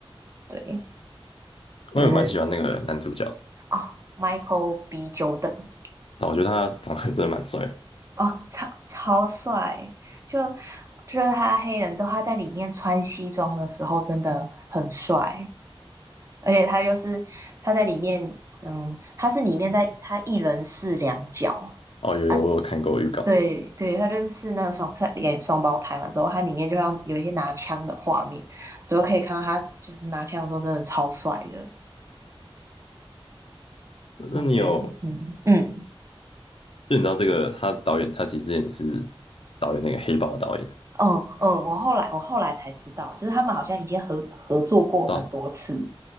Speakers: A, on the right; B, on the left.
A: 对，就是
B: 因为我蛮喜欢那个男主角的，
A: 哦，Michael B. Jordan，
B: 但我觉得他长得 <laughs> 真的蛮帅的
A: 哦，超超帅，就就是他黑人之后，他在里面穿西装的时候真的很帅，而且他又是他在里面，嗯，他是里面在他一人饰两角
B: 哦，有有，
A: 啊，
B: 我有看过预告。
A: 对对，他就是那个双他演双胞胎嘛，之后他里面就像有一些拿枪的画面，之后可以看到他就是拿枪的时候真的超帅的，
B: 那你有，
A: 所以我觉得，嗯嗯。
B: 就你知道这个他导演，他其实之前是导演那个黑豹的导演，
A: 嗯嗯，我后来我后来才知道，就是他们好像已经合合作过很多次。
B: 对啊